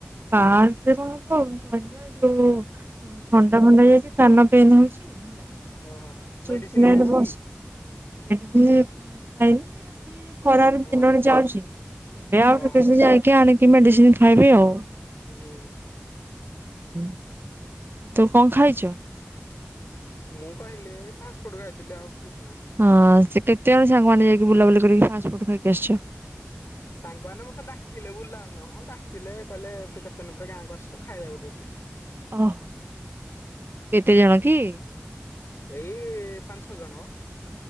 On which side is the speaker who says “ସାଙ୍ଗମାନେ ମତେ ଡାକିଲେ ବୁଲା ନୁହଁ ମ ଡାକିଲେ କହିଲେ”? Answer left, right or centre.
Left